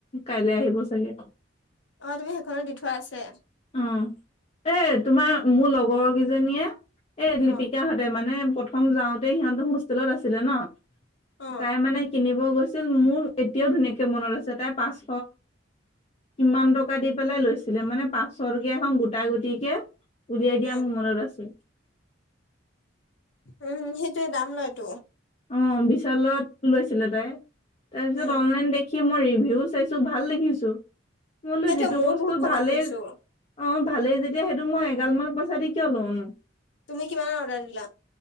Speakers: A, on the left; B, on the left.
A: কাইলে আহিব চাগে।
B: অ', তুমি সেইখনো দি থোৱা আছে।
A: অ', এ তোমাৰ, মোৰ লগৰ কেইজনীয়ে এ লিপিকা
B: অ
A: মানে প্ৰথম যাওঁতে সিহঁতটো হোষ্টেলত আছিলে ন,
B: অ
A: তাই মানে কিনিব গৈছিল আছিল, মোৰ এতিয়াও ধুনীয়াকে মনত আছে, তাই পাঁচশ কিমান টকা দি পেলাই লৈছিলে মানে পাছৰকে এখন গোটা গুটি কে উলিয়াই দিয়া
B: উম
A: মোৰ মনত আছে।
B: উম, সেইটোয়ে, দাম লয়টো
A: অ', বিশালত লৈছিলে তাই, তাৰপিছত
B: উম
A: অনলাইন দেখি মই ৰিভিউ চাই ভাল দেখিছোঁ, মই বোলো
B: সেইটোৱে
A: যিটো
B: ময়ো
A: বস্তু
B: বহুত কমত
A: ভালেই
B: আনিছো
A: অ', ভালেই যেতিয়া, সেইটো মই এগাল মান পইচা দি কিয় লওঁনো?
B: তুমি কিমানত অৰ্ডাৰ দিলা?